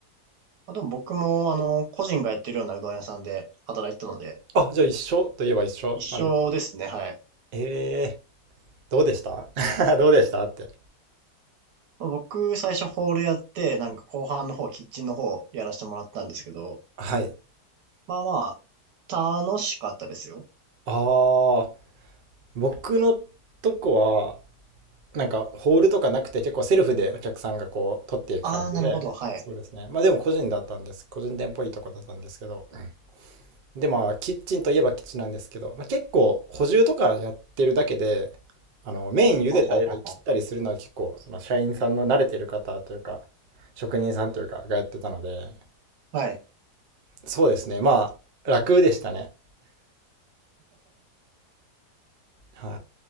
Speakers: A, on the right; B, on the right.
A: あ、でも僕も、あの、個人がやってるようなうどん屋さんで働いてたので、
B: あ、じゃあ一緒といえば一緒なんです。
A: 一緒ですね。はい。
B: えー、どうでした <laughs> どうでしたって。
A: まあ僕、最初ホールやって、なんか後半の方、キッチンの方やらせてもらったんですけど、
B: はい。
A: まあまあ、楽しかったですよ。
B: ああ、僕のとこは、なんかホールとかなくて結構セルフでお客さんがこう取っていく感じで、
A: ああ、なるほど。はい。
B: そうですね。まあでも個人だったんです。個人店っぽいとこだったんですけど、でまあキッチンといえばキッチンなんですけど、まあ、結構補充とかやってるだけであの麺茹でたり切ったりするのは結構その社員さんの慣れてる方というか
A: はははは。
B: 職人さんというかがやってたので
A: はい。
B: そうですねまあ楽でしたねは